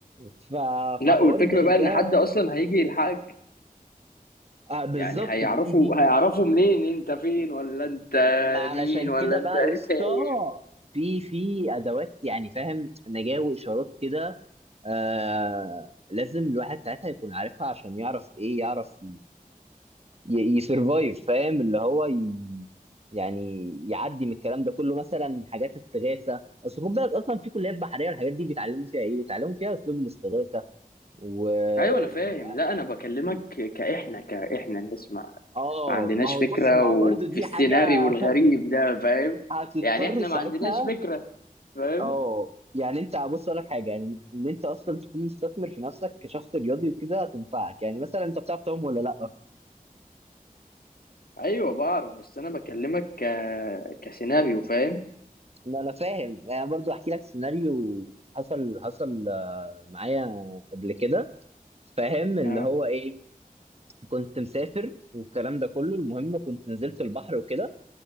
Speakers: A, on the right; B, on the left.
A: ف-
B: لا
A: فحوار
B: والفكرة
A: زي
B: بقى
A: ده
B: إن حد أصلا هيجي يلحقك
A: آه بالظبط
B: يعني هيعرفوا
A: ما دي دي دي
B: هيعرفوا منين أنت فين ولا أنت
A: ما علشان
B: مين ولا
A: كده
B: أنت
A: بقى
B: <laughs>
A: يا اسطى
B: تايه
A: في في ادوات يعني فاهم نجاة واشارات كده آه لازم الواحد ساعتها يكون عارفها عشان يعرف ايه يعرف يسرفايف فاهم اللي هو ي... يعني يعدي من الكلام ده كله مثلا حاجات استغاثه اصل خد بالك اصلا في كليات بحريه الحاجات دي بيتعلموا فيها ايه بيتعلموا فيها اسلوب الاستغاثه و...
B: أيوة أنا
A: ومش
B: فاهم
A: ع...
B: لا أنا بكلمك كإحنا كإحنا ناس ما
A: اه
B: ما عندناش
A: ما هو
B: فكرة
A: بص ما
B: وفي
A: هو برضه دي
B: السيناريو
A: حاجه <laughs>
B: الغريب ده فاهم
A: هتضطر
B: يعني إحنا
A: ساعتها
B: ما عندناش فكرة فاهم
A: اه يعني انت بص اقول لك حاجه يعني ان انت اصلا تكون مستثمر في نفسك كشخص رياضي وكده هتنفعك يعني مثلا انت بتعرف تعوم ولا لا
B: أيوة بعرف بس أنا بكلمك ك... كسيناريو فاهم
A: ما انا فاهم يعني برضو احكي لك سيناريو حصل حصل آه، معايا قبل كده فاهم اللي
B: آه
A: هو ايه كنت مسافر والكلام ده كله المهم كنت نزلت البحر وكده